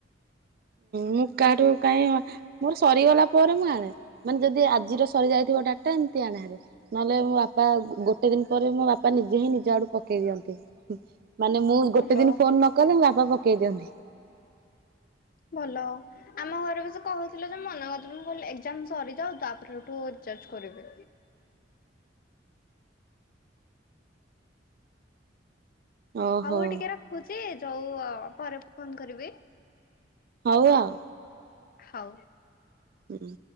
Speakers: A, on the right (about 55°); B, on the left (about 50°).
A: ମୁଁ କାଠୁ କାହିଁ ମୋର ସରିଗଲା ପରେ ମୁଁ ଆଣେ। ମାନେ ଯଦି ଆଜିର ସରି ଯାଇଥିବ ଡାଟା ଏମତି ଆଣେ ହେରି ନ ହେଲେ ମୋ ବାପା ଗୋଟେ ଦିନ ପରେ ମୋ ବା ବାପା ନିଜେ ହିଁ ନିଜ ଆଡୁ ପକେଇ ଦିଅନ୍ତି, ମାନେ ମୁଁ
B: ଭଲ।
A: ଗୋଟେ ଦିନ ଫୋନ ନ କଲେ ବାପା ପକେଇ ଦିଅନ୍ତି।
B: ଭଲ। ଆମ ଘରେ ବି ସେ କହୁଥିଲେ ଯେ ମନା କରିଥିଲ ମୁଁ କହିଲି ଏକଜାମ୍ ସରିଯାଉ ତାପରେଠୁ ରିଚାର୍ଜ କରିବି।
A: ଓହୋ
B: ହଉ ଟିକେ ରଖୁଛି ଯୋଉ ପରେ ଫୋନ କରିବି।
A: ହଉ ଆଉ।
B: ହଉ।
A: ହୁଁ।